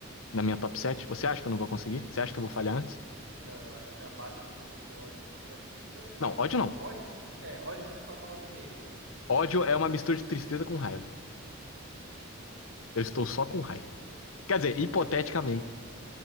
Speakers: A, on the left; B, on the right.
A: na minha top 7? Você acha que eu não vou conseguir? Você acha que eu vou falhar antes?
B: Não, eu acho que na base do, do ódio você vai conseguir. Não, no
A: Não,
B: caso,
A: ódio não.
B: ódio. É, ódio o pessoal fala do meme, né? Tipo
A: Ódio
B: assim, ah,
A: é uma mistura de tristeza com raiva.
B: ódio. Hum,
A: Eu estou só
B: profundo,
A: com raiva.
B: hein? Profundo.
A: Quer dizer, hipoteticamente,
B: Mas é.